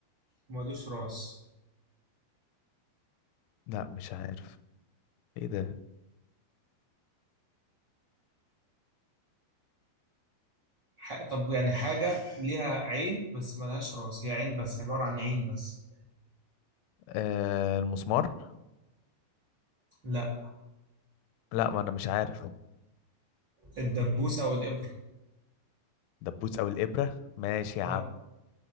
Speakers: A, on the right (about 65°); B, on the left (about 80°).
A: وملوش راس
B: لا مش عارف ايه ده
A: ح... طب يعني حاجة ليها عين بس ملهاش راس هي عين بس عبارة عن عين بس
B: آه المسمار
A: لا
B: لا ما انا مش عارف
A: الدبوسة أو الإبرة
B: دبوس او الابره ماشي يا
A: آه.
B: عم